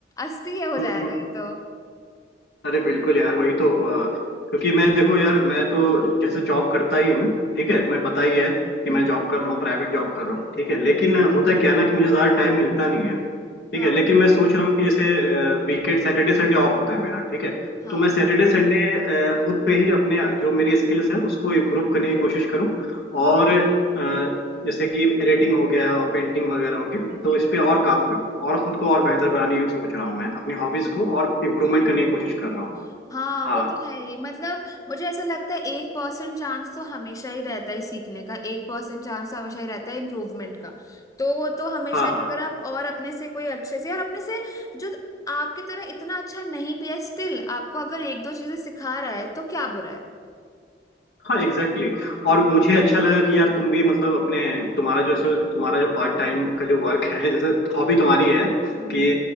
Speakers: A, on the left; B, on the left.
A: अस्थि हो
B: हम्म,
A: जाएगा ये तो
B: अरे बिल्कुल यार वही तो अ, क्योंकि मैं देखो यार मैं तो जैसे जॉब करता ही हूँ ठीक
A: हम्म
B: है तुम्हें पता ही है कि
A: हम्म
B: मैं जॉब कर रहा हूँ प्राइवेट जॉब कर रहा हूँ ठीक है
A: हम्म।
B: लेकिन होता क्या है ना कि मुझे ज़्यादा टाइम मिलता नहीं है
A: हाँ
B: ठीक है लेकिन मैं सोच रहा हूँ कि जैसे वीकेंड सैटरडे संडे ऑफ होता है मेरा ठीक है
A: हाँ
B: तो मैं सैटरडे संडे खुद पे ही अपने जो मेरी स्किल्स है उसको इम्प्रूव करने की कोशिश करूँ और अ, जैसे कि एडिटिंग हो गया और पेंटिंग वगैरह हो गया तो इस पे और काम करूँ और खुद को और बेहतर बनाने की सोच रहा हूँ मैं अपनी हॉबीज को और इम्प्रूवमेंट
A: हाँ
B: करने की कोशिश कर रहा हूँ
A: हाँ
B: हाँ
A: वो तो है ही मतलब मुझे ऐसा लगता है एक परसेंट चांस तो हमेशा ही रहता है सीखने का एक परसेंट चांस तो हमेशा ही रहता है इम्प्रूवमेंट का तो वो तो हमेशा
B: हाँ
A: ही
B: हाँ।
A: अगर आप और अपने से कोई अच्छे से और अपने से जो आपकी तरह इतना अच्छा नहीं भी है स्टिल आपको अगर एक दो चीजें सिखा रहा है तो क्या बुरा है
B: हाँ एग्जैक्टली exactly. और मुझे अच्छा लगा कि यार तुम भी मतलब अपने तुम्हारा जो सो तुम्हारा जो पार्ट टाइम का जो वर्क है जैसे हॉबी तुम्हारी है
A: हम्म
B: कि